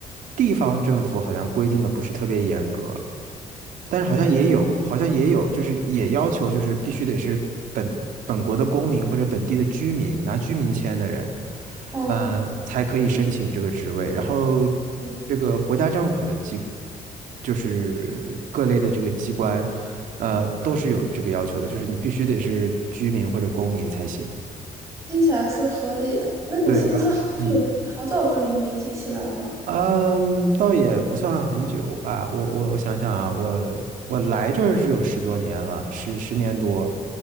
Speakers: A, on the right (about 70°); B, on the right (about 20°).
A: 地方政府好像规定的不是特别严格，但是好像也有，
B: 嗯
A: 好像也有，就是也要求就是必须得是本本国的公民或者本地的居民，拿居民签的人，
B: 哦
A: 呃，才可以申请这个职位。然后
B: 嗯，
A: 这个国家政府的机，就是各类的这个机关，呃，都是有这个要求的，就是你必须得是居民或者公民才行。
B: 听起来是合理的。那你是不是好久好早就移民新西兰了？
A: 对，然后嗯。嗯，倒也不算很久吧。我我我想想啊，我我来这儿是有十多年了，十十年多。